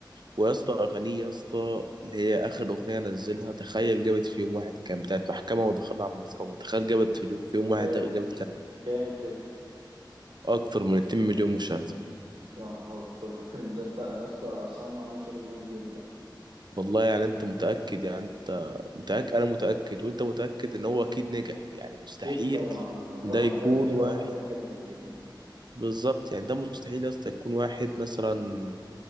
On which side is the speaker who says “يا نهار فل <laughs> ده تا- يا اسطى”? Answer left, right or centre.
Right